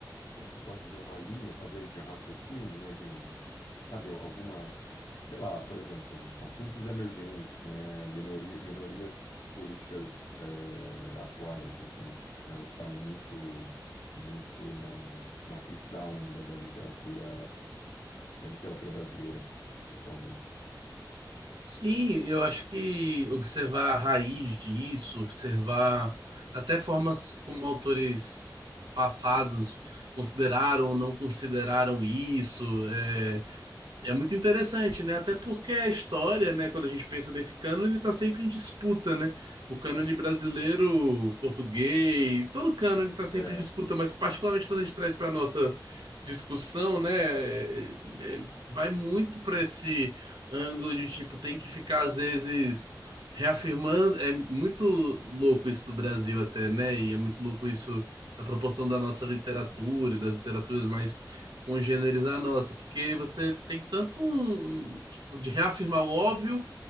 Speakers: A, on the left; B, on the right.
A: como que eu posso dizer, uma linha, talvez, de raciocínio, né? De um, sabe, alguma, sei lá, por exemplo, assuntos emergentes, né? Minoria, minorias políticas eh, atuais, assim, é o que está muito, muito na, na crista da onda da literatura, da literatura brasileira, principalmente.
B: Sim, eu acho que observar a raiz disso, observar até formas como autores passados consideraram ou não consideraram isso, eh, é muito interessante, né? Até porque a história, né, quando a gente pensa desse cânone, está sempre em disputa, né? O cânone brasileiro, português, todo cânone está sempre
A: É.
B: em disputa, mas particularmente quando a gente traz para nossa discussão, né, é- é- é, vai muito para esse ângulo de tipo, tem que ficar às vezes reafirmando. É muito louco isso do Brasil até, né? E é muito louco isso na proporção da nossa literatura e das literaturas mais congenerizar a nossa, porque você tem tanto um, tipo, de reafirmar o óbvio,